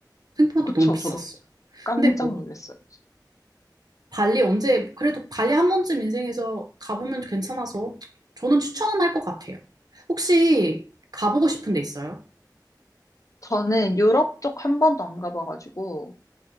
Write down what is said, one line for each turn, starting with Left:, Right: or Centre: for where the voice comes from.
Right: 생각보다
Left: 그쵸?
Right: 너무 비쌌어.
Left: 저도 깜짝
Right: 근데 뭐,
Left: 놀랐어요.
Right: 발리 언제, 그래도 발리 한 번쯤 인생에서 가보면 괜찮아서, 저는 추천은 할 것 같아요. 혹시 가보고 싶은 데 있어요?
Left: 저는 유럽 쪽 한 번도 안 가봐가지고